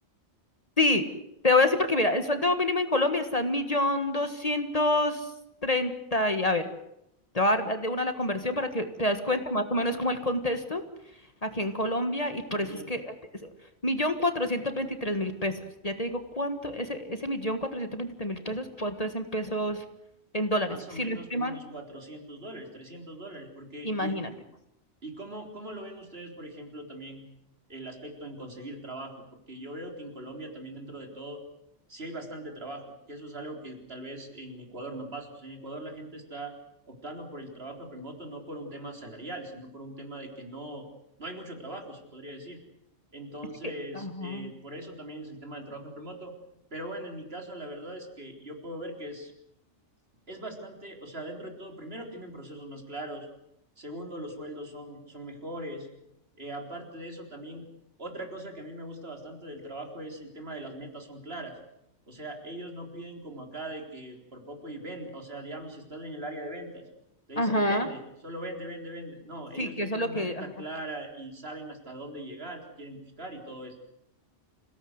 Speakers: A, on the left; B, on the right.
A: Sí, te voy a decir porque, mira, el sueldo mínimo en Colombia está en millón doscientos treinta y, a ver, te voy a dar de una la conversión para que te das cuenta más o menos como el contexto. aquí en Colombia y por
B: Millón,
A: eso es que es- millón cuatrocientos veintitrés mil pesos. Ya te digo cuánto, ese, ese millón cuatrocientos veintitrés mil pesos, cuánto es en pesos, en dólares.
B: más o
A: Si
B: menos
A: no estoy
B: como
A: mal,
B: unos 400 dólares, 300 dólares, porque,
A: imagínate.
B: y, ¿Y cómo, cómo lo ven ustedes, por ejemplo, también el aspecto en conseguir trabajo? Porque yo veo que en Colombia también dentro de todo sí hay bastante trabajo, que eso es algo que tal vez en Ecuador no pasa. O sea, en Ecuador la gente está optando por el trabajo remoto no por un tema salarial, sino por un tema de que no, no hay mucho trabajo, se podría decir. Entonces,
A: Es que, ajá,
B: eh, por eso también es el tema del trabajo remoto. Pero bueno, en mi caso, la verdad es que yo puedo ver que es es bastante, o sea, dentro de todo, primero tienen procesos más claros, segundo, los sueldos son, son mejores. Eh, aparte de eso, también otra cosa que a mí me gusta bastante del trabajo es el tema de las metas son claras. O sea, ellos no piden como acá de que por poco y vende, o sea, digamos, si estás en el área de ventas, te dicen
A: ajá,
B: vende, solo vende, vende, vende. No, ellos
A: sí, que
B: tienen
A: eso es
B: una
A: lo que,
B: meta
A: ajá.
B: clara y saben hasta dónde llegar, qué quieren buscar y todo esto.